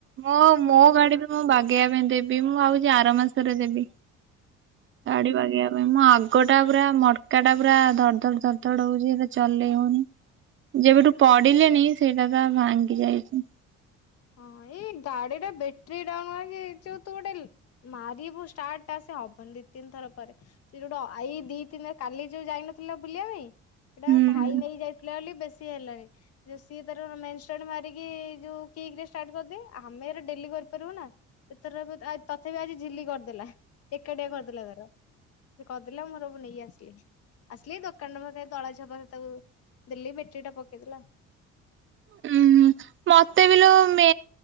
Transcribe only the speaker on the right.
ମୋ
ମୋ ଗାଡି ବି ମୁଁ ବାଗେଇବା ପାଇଁ ଦେବି ମୁଁ ଆଉଛି ଆର ମାସରେ ଦେବି। ଗାଡି ବାଗେଇିବା ପାଇଁ ମୁଁ ଆଗ ଟା ପୁରା ମଡକା ଟା ପୁରା ଧର ଧଡ ଧର ଧଡ ହଉଛି ସେଟା ଚଲେଇ ହଉନି। ଯେବେଠୁ ପଡିଲେଣିି ସେଇଟା ତ ଭାଙ୍ଗି ଯାଇଛି।
ହୁଁ।
ଉୁଁ ହ ମତେ ବି ମ